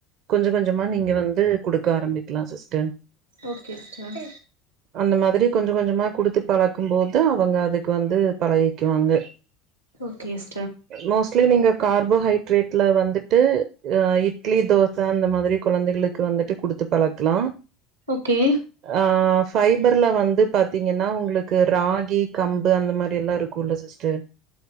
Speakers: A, on the right; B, on the right.
A: கொஞ்ச கொஞ்சமா நீங்க வந்து குடுக்க ஆரம்பிக்கலா சிஸ்டர்
B: ஓகே சிஸ்டர்
A: அந்த மாதிரி கொஞ்ச கொஞ்சமா குடுத்து பழக்கும் போது அவங்க அதுக்கு வந்து பழகிக்குவாங்க
B: ஓகேஸ்
A: மோஸ்ட்லி நீங்க கார்போஹைட்ரேட்ல வந்துட்டு அ இட்லி தோ ச அந்த மாதிரி குழந்தைகளுக்கு வந்துட்டு குடுத்து பழக்லா
B: ஓகே
A: ஆ ஃபைபர்ல வந்து பாத்தீங்கன்னா உங்களுக்கு ராகி கம்பு அந்த மாரி எல்லா இருக்கு குள்ள சிஸ்டர்